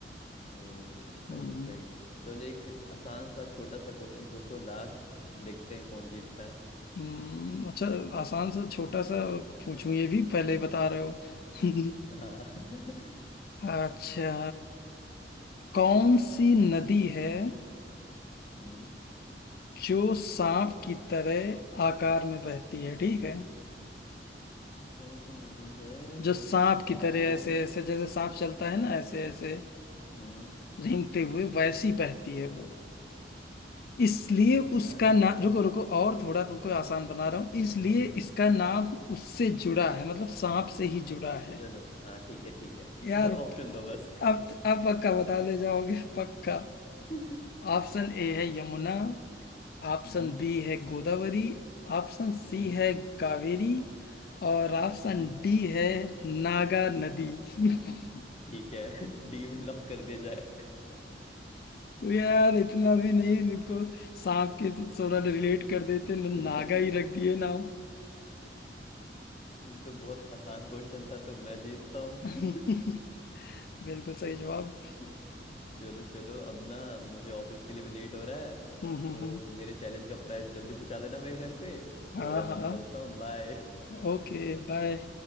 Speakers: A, on the left; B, on the left.
A: ओ, एकदम
B: हम्म
A: सही चलो एक आसान सा छोटा सा क्वेश्चन पूछो लास्ट देखते हैं कौन जीतता है
B: हम्म, अच्छा आसान सा छोटा सा पूछूं ये भी पहले
A: हम्म
B: ही बता रहे हो <laughs>
A: हाँ <laughs>
B: अच्छा कौन सी नदी है
A: हम्म
B: जो सांप की तरह आकार में बहती है ठीक है
A: कौन सी नदी है
B: जो सांप
A: जो सांप
B: की तरह
A: के
B: ऐसे ऐसे जैसे सांप चलता है ना ऐसे ऐसे
A: हम्म
B: रेंगते हुए वैसी बहती है वो इसलिए
A: यार
B: उसका नाम रुको रुको
A: हाँ,
B: और थोड़ा तुमको आसान
A: हम्म,
B: बना रहा हूँ इसलिए
A: हम्म, हम्म, हम्म।
B: इसका नाम उससे जुड़ा है मतलब सांप से ही जुड़ा है
A: चलो हाँ ठीक है ठीक है
B: यार
A: <laughs> ऑप्शन दो बस
B: अब अब पक्का बता ले जाओगे <laughs> पक्का
A: <laughs>
B: ऑप्शन ए है यमुना ऑप्शन
A: हम्म
B: बी है गोदावरी ऑप्शन
A: हम्म
B: सी है कावेरी और ऑप्शन
A: हम्म
B: डी है नागा नदी <laughs>
A: ठीक है <laughs> डी में लॉक कर दिया जाए
B: यार इतना भी नहीं इनको सांप के तो थोड़ा रिलेट कर देते न-
A: <laughs>
B: नागा ही रख दिए नाम
A: ये तो बहुत आसान क्वेश्चन था तो मैं जीतता हूँ
B: <laughs> बिल्कुल सही जवाब <laughs>
A: <laughs> चलो चलो अब ना मुझे ऑफिस के लिए भी लेट हो रहा है
B: हम्म हम्म
A: तो
B: हम्म।
A: मेरे चैलेंज का प्राइस जल्दी पहुंचा देना मेरे घर पे तो
B: हाँ
A: अब मैं
B: हाँ
A: निकलता हूँ बाय
B: ओके बाय